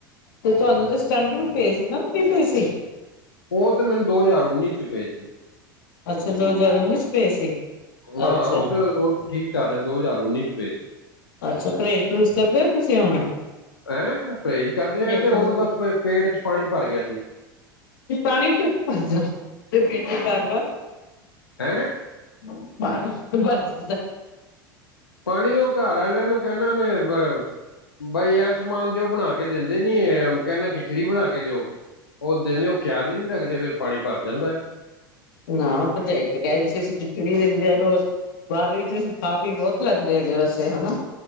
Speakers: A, on the left (about 70°); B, on the left (about 90°).
A: ਤੇ ਤੁਹਾਨੂੰ ਤੇ ਸਟੰਟ ਵੀ ਪਏ ਸੀ ਨਾ ਉਤੇ ਪਏ ਸੀ।
B: ਉਹ ਤੇ ਮੈਨੂੰ ਦੋ ਹਜ਼ਾਰ ਉੱਨੀ ਚ ਪਏ ਸੀ।
A: ਅੱਛਾ ਦੋ ਹਜ਼ਾਰ ਉੱਨੀ ਚ ਪਏ ਸੀ।
B: ਹਾਂ,
A: ਅੱਛਾ
B: ਉਹ ਤੇ ਉਹ ਠੀਕ ਚੱਲ ਰਿਹਾ ਦੋ ਹਜ਼ਾਰ ਉੱਨੀ ਚ ਪਏ ਸੀ।
A: ਅੱਛਾ ਪਰੇਜ ਪਰੂਜ ਕਰਦੇ ਹੋ ਤੁਸੀਂ ਹੁਣ?
B: ਹੈਂ ਪਰਹੇਜ਼ ਕਰਦੇ
A: ਪਰਹੇਜ਼
B: ਆ ਤੇ
A: ਪਰੂਜ
B: ਹੁਣ ਬਸ ਪੇਟ ਚ ਪਾਣੀ ਭਰ ਗਿਆ ਸੀ।
A: ਪਾਣੀ <unintelligible>
B: <unintelligible>
A: <unintelligible>
B: ਪਾਣੀ ਉਹ ਘਰ ਆਲਿਆਂ ਨੂੰ ਕਹਿੰਨਾ ਮੈਂ ਵ ਬਾਈ ਆਹ ਸਮਾਨ ਦੇ ਉਹ ਬਣਾ ਕੇ ਦੇਂਦੇ ਨੀ ਇਹ ਕਹਿੰਨਾ ਖਿੱਚ ਖਿਚੜੀ ਬਣਾ ਕੇ ਦਿਓ ਉਹ ਦਿਲੋ ਖਿਆਲ ਹੀ ਨਹੀਂ ਰਖਦੇ ਫਿਰ ਪਾਣੀ ਭਰ ਜਾਂਦਾ।
A: ਨਾ, ਭਰਜਾਈ ਤੇ ਕਹਿ ਰਹੀ ਸੀ ਅਸੀਂ ਖਿਚੜੀ ਦਿੰਦੇ ਆਂ ਰੋਜ਼। ਬਾਅਦ ਵਿੱਚ ਖਾ ਪੀ ਬਹੁਤ ਲੈਂਦੇ ਹੈਗੇ ਵੈਸੇ ਹਨਾ